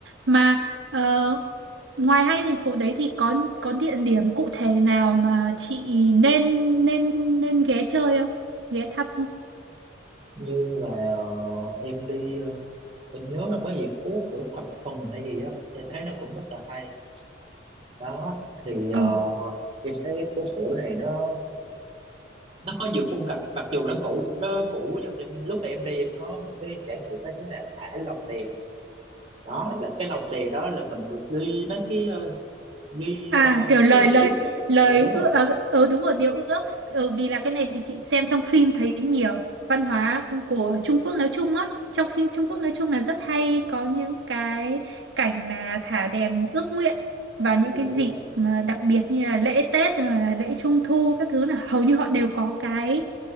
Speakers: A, on the right; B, on the right.
A: Mà ờ, ngoài hai cái thành phố đấy thì có có địa điểm cụ thể nào mà chị nên nên nên ghé chơi không? Ghé thăm không?
B: như là ờ, em đi ờ, em nhớ là có gì phố của thập phần hay gì á em thấy nó cũng rất là hay đó thì
A: Ờ.
B: ờ, em thấy cái phố cổ này nó nó có nhiều khung cảnh mặc dù nó cũ nó cũ nhưng mà em lúc mà em đi em có một cái trải nghiệm đó chính là thả lồng đèn đó là cái lồng đèn đó là mình được ghi mấy cái ờ, ghi
A: À
B: ờ,
A: kiểu lời
B: cái điều
A: lời
B: ước á.
A: lời
B: dạ đúng
A: ước
B: rồi
A: ờ ờ, đúng rồi điều ước ờ, vì là cái này thì chị xem trong phim thấy nhiều văn hóa của Trung Quốc nói chung á trong phim Trung Quốc nói chung là rất hay có những cái cảnh là thả đèn ước nguyện và những
B: dạ
A: cái
B: đúng
A: dịp
B: rồi
A: mà đặc biệt như là lễ Tết rồi là lễ Trung thu các thứ là hầu như họ đều có cái